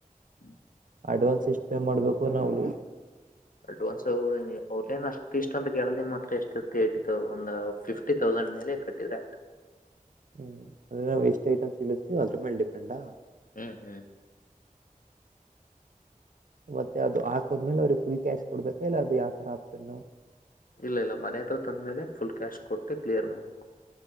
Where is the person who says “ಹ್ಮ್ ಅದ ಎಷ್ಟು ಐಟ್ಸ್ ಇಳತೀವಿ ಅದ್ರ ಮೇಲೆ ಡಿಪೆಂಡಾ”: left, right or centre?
Right